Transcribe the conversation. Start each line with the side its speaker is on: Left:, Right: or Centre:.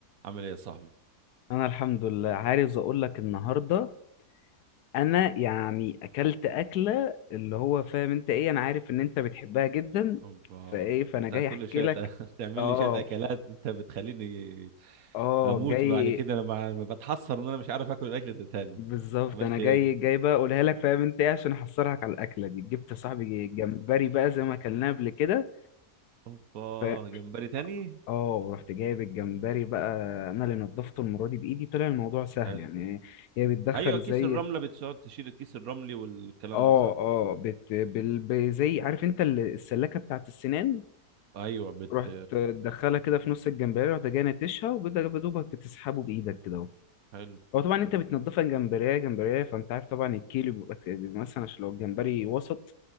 Right: عامل ايه يا صاحبي
Left: انا الحمد لله عايز اقول لك النهارده انا يعني اكلت اكله اللي هو فاهم انت ايه انا عارف ان انت بتحبها جدا
Right: اوبا
Left: فايه فانا
Right: انت
Left: جاي احكي
Right: كل شويه
Left: لك
Right: ت- <laughs> تعمل
Left: اه
Right: لي شويه اكلات انت بتخليني
Left: اه
Right: اموت
Left: جاي
Right: بعد كده انا مع- ما بتحسر ان انا مش عارف اكل الاكل ده تاني
Left: بالظبط
Right: عملت
Left: انا جاي
Right: ايه
Left: جاي بقى اقولها لك فاهم انت ايه عشان احصرك على الاكله دي جبت صاحبي جمبري بقى زي ما اكلناه قبل كده
Right: اوبا
Left: ف
Right: جمبري تاني
Left: اه رحت جايب الجمبري بقى انا اللي نضفته المره دي بايدي طلع الموضوع سهل
Right: حلو
Left: يعني هي بتدخل
Right: ايوه كيس
Left: زي
Right: الرمله بتقعد تشيل الكيس الرملي والكلام
Left: اه
Right: ده صح
Left: اه بت... بال... ب- زي عارف انت ال- السلاكه بتاعت السنان
Right: ايوه بت
Left: رحت تدخلها كده في نص الجمبريه رحت جاي نتشها وبدأ دوبك بتسحبه بايدك كده اهو
Right: حلو
Left: هو طبعا
Right: حلو
Left: انت بتنضفها جمبريه جمبريه فانت عارف طبعا الكيلو بيبقى بيبقى مثلا عشان لو الجمبري وسط